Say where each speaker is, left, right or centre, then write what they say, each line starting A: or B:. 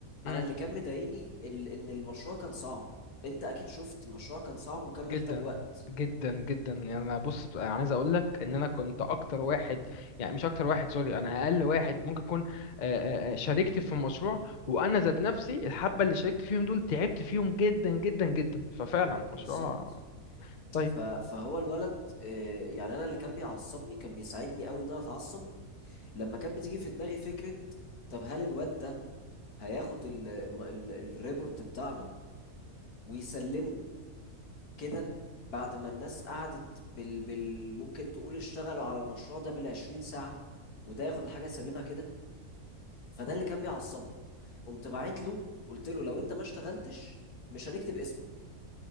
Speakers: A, on the left; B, on the left.
A: انا
B: امم
A: اللي كان مضايقني ال... ان المشروع كان صعب انت اكيد شفت المشروع كان صعب وكان
B: جدا
A: محتاج وقت
B: جدا جدا يعني انا بص انا عايز اقول لك ان انا كنت اكتر واحد يعني مش اكتر واحد سوري انا اقل واحد ممكن اكون آه، آه، آه، شاركت في مشروع وانا ذات نفسي الحبه اللي شاركت فيهم دول تعبت فيهم جدا جدا جدا ففعلا مشروع
A: بالظبط
B: طيب
A: ف... فهو الولد آه، يعني انا اللي كان بيعصبني كان بيساعدني قوي ان انا اتعصب لما كانت بتيجي في دماغي فكره طب هل الواد ده هياخد ال ال ال الريبورت بتاعنا ويسلمه كده بعد ما الناس قعدت بال بال ممكن تقول اشتغلوا على المشروع ده بالعشرين ساعة وده ياخد الحاجة يسلمها كده فده اللي كان بيعصبني قمت باعت له قلت له لو انت ما اشتغلتش مش هنكتب اسمك